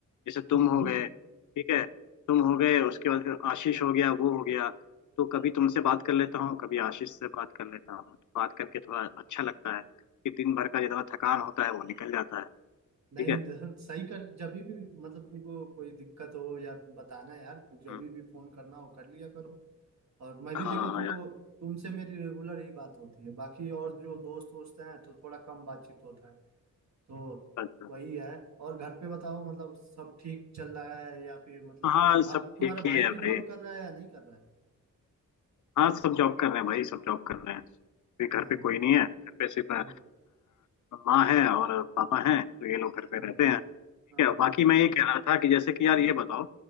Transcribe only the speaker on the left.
जैसे तुम
हो गए ठीक है तुम हो गए उसके बाद फिर आशीष हो गया वो हो गया तो कभी तुमसे बात कर लेता हूँ कभी आशीष से बात कर लेता हूँ तो बात करके थोड़ा अच्छा लगता है कि दिन भर का जितना थकान होता है वो निकल जाता है
ठीक है
हम्म।
हाँ
यार
अच्छा।
हाँ
सब
ठीक
ही है
भाई
हाँ सब जॉब कर रहे हैं भाई सब जॉब कर रहे हैं अभी
घर पे कोई नहीं है घर पे सिर्फ अ,
माँ है और पापा हैं तो ये लोग घर पे
रहते हैं ठीक
है
बाकी मैं ये कह रहा था कि जैसे कि यार ये बताओ